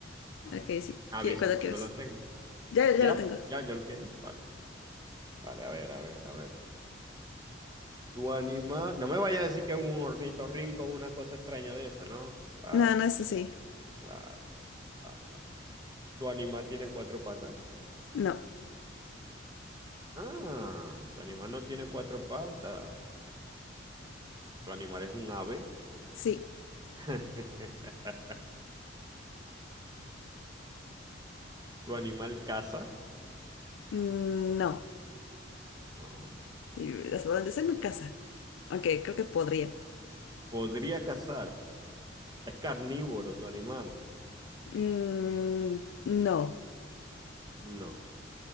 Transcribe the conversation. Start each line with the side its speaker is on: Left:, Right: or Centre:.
Right: vale.
Left: Ok, sí,
Right: Avisa
Left: qui- cuando
Right: cuando
Left: quieras.
Right: lo tengas.
Left: Ya, ya
Right: ¿Ya?
Left: lo tengo.
Right: ¿Ya? ¿Ya lo tienes? Vale, vale, a ver, a ver, a ver. Tu animal. No me vayas a decir que es un ornitorrinco o una cosa extraña de esa, ¿no? Vale.
Left: No, no es así.
Right: Vale, vale. ¿Tu animal tiene cuatro patas?
Left: No,
Right: Ah, tu animal no tiene cuatro patas. ¿Tu animal es un ave?
Left: sí,
Right: <laughs> ¿Tu animal caza?
Left: Mm, no.
Right: No.
Left: Sí, hasta donde sé no casa. Aunque creo que podría.
Right: ¿Podría cazar? ¿Es carnívoro tu animal?
Left: Mm, no,
Right: No.